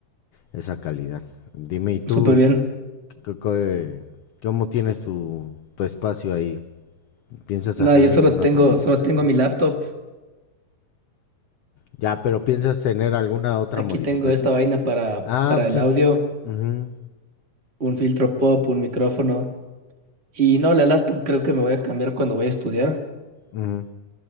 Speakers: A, on the left (about 85°); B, on the right (about 40°).
A: esa calidad. Dime, ¿y tú
B: Súper bien.
A: qué- qué- cómo tienes tu, tu espacio ahí? ¿Piensas
B: Nada,
A: hacer
B: yo
A: alguna
B: solo tengo,
A: otra modificación?
B: solo tengo mi laptop.
A: Ya, pero ¿piensas tener alguna otra
B: Aquí
A: modificación?
B: tengo esta vaina para,
A: Ah,
B: para
A: pues
B: el
A: es...
B: audio,
A: ujú,
B: un filtro pop, un micrófono. Y no, la laptop creo que me voy a cambiar cuando vaya a estudiar.
A: ujú,